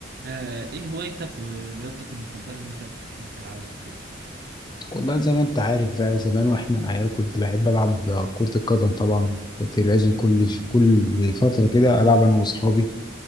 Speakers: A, on the right (about 50°); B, on the left (about 20°).
A: آه، ايه هوايتك ورياضتك المفضلة اللي انت بتحب تلعبها وكده؟
B: والله زي ما انت عارف بقى زمان واحنا عيال كنت بحب العب كرة القدم طبعا كنت لازم كل كل فترة كده العب انا واصحابي